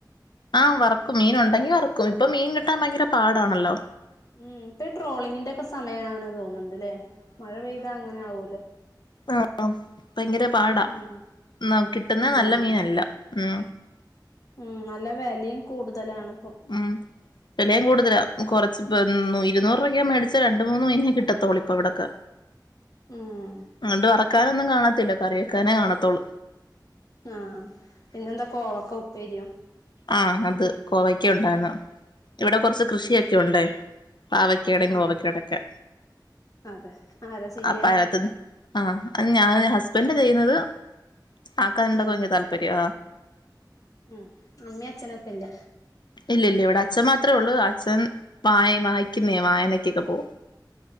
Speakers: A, on the left; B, on the left.
A: ആ വറക്കും മീൻ ഉണ്ടങ്കിൽ വറക്കും ഇപ്പൊ മീൻ കിട്ടാൻ ഭയങ്കര പാടാണല്ലോ
B: ഉം ഇപ്പൊ ട്രോളിങ്ങിന്റെ ഒക്കെ സമയെന്ന് തോന്നുന്നുണ്ട് അല്ലെ മഴ പെയ്താ അങ്ങനെ ആവേല്ലേ
A: ആ ഭയങ്കര പാടാ
B: ഉം
A: യെന്ന കിട്ടുന്നത്
B: ഉം
A: നല്ല
B: ഉം
A: മീനല്ല ആ
B: ഉം നല്ല വെലേം കൂടുതലാണ്
A: ഉം വെലയും കൂടും <unintelligible> കൊറച്ച് ഇരുന്നൂർ രൂപക്ക് മേടിച്ച രണ്ട് മൂന്ന് മീനെ കിട്ടത്തോളൂ ഇപ്പ ഇവിടക്കെ
B: ഉം
A: അതോണ്ട് വറക്കാനൊന്നും കാണത്തില്ല കറി വെക്കാനേ കാണത്തോളൂ
B: ആ പിന്നെന്താ കോവക്ക ഉ പ്പെരിയോ
A: ആ അത് കോവക്കഉണ്ടായിരുന്നു ഇവിടെ കൊറച്ച് കൃഷിയൊക്കെ
B: ഉം
A: ഒണ്ടേ പാവയ്ക്കടോ കോവ
B: ആഹ്
A: ക്കടൊക്കെ
B: അതെ ആരാ ചെയ്യാ
A: ആ പഴത്ത്ന്ന് ആ അത് ഞാൻ ഹസ്ബന്റ് ചെയ്യുന്നത് ആൾക്കാണ്ടെ
B: ഉം
A: കുത്ത് താല്പര്യ
B: ഉം അമ്മി അച്ഛനൊക്കെല്ല
A: ഇല്ല ല്ല ഇവിടെ അച്ഛൻ മാത്രമേ ഉള്ളൂ അച്ഛൻ വായ വായിക്കിന്നേ വായനക്കൊക്കെ പോവും